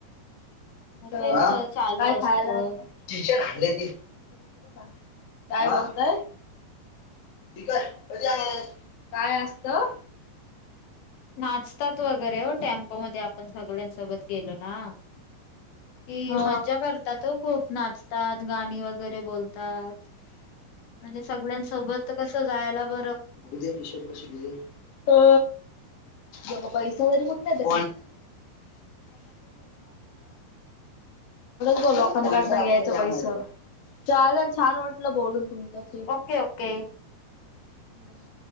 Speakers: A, on the left (about 65°); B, on the left (about 50°).
A: मग
B: काय
A: तेच चालू असतं.
B: खायला आणलं? चिचन खाल ते. काय बोलतय? चिकन. मजा हाय. काय असतं.
A: नाचतात वगैरे हो. टेम्पो मध्ये आपण सगळ्यांसोबत गेलो ना. की
B: हा
A: मज्जा करतात हो खूप. नाचतात गाणी वगैरे बोल तात. म्हणजे सगळ्यांसोबत कस जायला ब
B: उजे कुशीवर बसुदे. अ <unintelligible> <inaudible> तेवढंच भो लोकांकडनं घ्यायचं पैस. चालल छान वाटलं बोलून तुमच्याशी.
A: Okay okay.
B: हम्म.